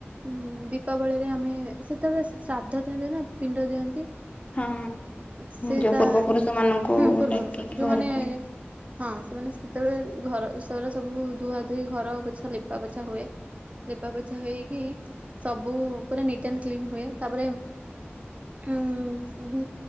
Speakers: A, on the right; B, on the left.
A: ହୁଁ ଦୀପାବଳିରେ ଆମେ ସେତେବେଳେ ଶ୍ରାଦ୍ଧ ଦିଅନ୍ତି ନା ପିଣ୍ଡ ଦିଅନ୍ତି
B: ହଁ
A: ସେଇଟା
B: ଯୋଉ ପୂର୍ବ ପୁରୁଷ ମାନଙ୍କୁ
A: ହୁଁ ପୂର୍ବଭୂଷଣ
B: ଡାକିକି
A: ଯୋଉମାନେ
B: ଘରକୁ
A: ହଁ ସେମାନେ ସେତେବେଳେ ଘର ସେଗୁରା ସବୁ ଧୁଆ ଧୁଇ ଘର ପୋଛା ଲିପା ପୋଛା ହୁଏ ଲିପା ପୋଛା ହେଇକି ସବୁ ପୁରା ନିଟ୍ ଆଣ୍ଡ କ୍ଲିନ ହୁଏ ତାପରେ ହୁଁ ହ